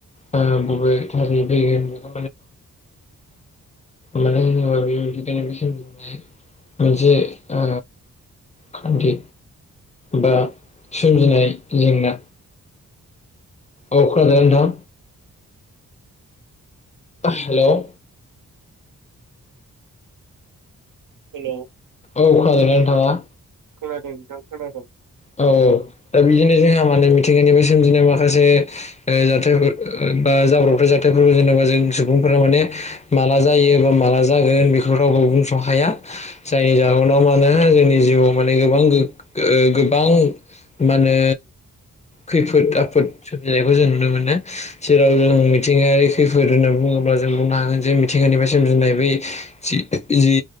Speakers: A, on the left (about 20°); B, on the right (about 85°).
A: ओ बबे थारै फैगोन, <unintelligible> मानो होनोबा बेखायनो सनाय मोनसे ओ खान्थि, बा सोमजिनाय जेंना, औ खोना दों दा नोंथां, हेल',
B: हेलौ
A: औ खोनादोंना थाङा?
B: खोनादों नोंथां खोनादों।
A: औ औ दा बिदिनो जोंहा मानो मिथिंगानिफ्राय सोमजिनाय माखासे, जाथायफोर ओ बा जाब्रबथाय जाथायफोरखौ जोङो, ओ जोंनि सुबुंफोरा माने माला जायो बा माला जागोन बेखौ रावबो बुंस' हाया। जायनि जाहोनाव मानो <unintelligible> जिउआव माने गो- गो- गोबां मा होनो खैफोद आफोद सोमजिनायखौ जों नुनो मोनो। जेराव जों मिथिंगायारि खैफोद होनना बुङो अब्ला जों बुंनो हागोन जे मिथिंगानिफ्राय सोमजिनाय बै जि-जि